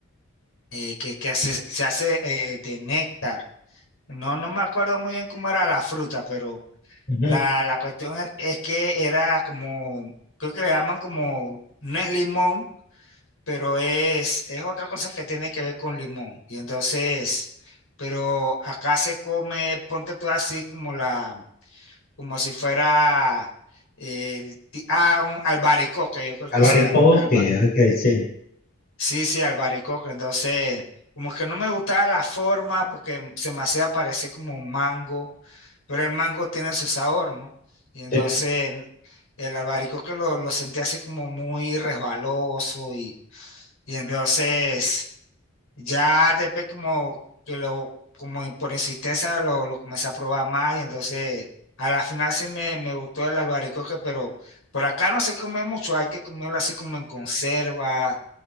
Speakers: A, on the left; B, on the left.
A: eh, que, que hace- se hace eh, de néctar. No, no me acuerdo muy bien cómo era la fruta, pero
B: Ujú.
A: la, la cuestión es es que era como, creo que le llaman como, no es limón pero es, es otra cosa que tiene que ver con limón. Y entonces, pero acá se come, ponte tú así como la, como si fuera el, ti- ah, un albaricoque, yo creo
B: Albaricoque,
A: que se llama. alba-
B: ok, sí.
A: sí, sí, albaricoque. Entonces, como que no me gustaba la forma porque se me hacía parecer como un mango, pero el mango tiene su sabor, ¿no? Y entonces
B: Sí.
A: el albaricoque lo, lo sentí así como muy resbaloso y, y entonces... Ya después como que lo, como por insistencia lo, lo comencé a probar más y entonces a la final sí me, me gustó el albaricoque, pero por acá no se come mucho, hay que comerlo así como en conserva,